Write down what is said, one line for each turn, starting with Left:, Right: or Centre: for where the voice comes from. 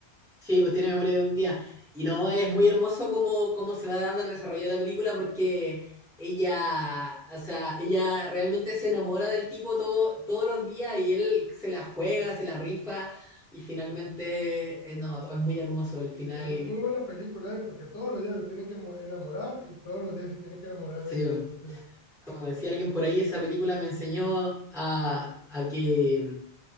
Centre: Sí, pues tiene memoria de un día. Y no, es muy hermoso cómo, cómo se va dando el desarrollo de la película porque ella, o sea, ella realmente se enamora del tipo todo, todos los días y él se la juega, se la rifa y finalmente, eh, no, todo es muy hermoso. El final,
Left: Sí, muy, muy buena película, ¿eh? Porque todos los días le tienen que mo- enamorar y todos los días se tiene que enamorar a
Centre: sí,
Left: ella. Entonces,
Centre: como decía alguien por ahí, esa película me enseñó a, a que,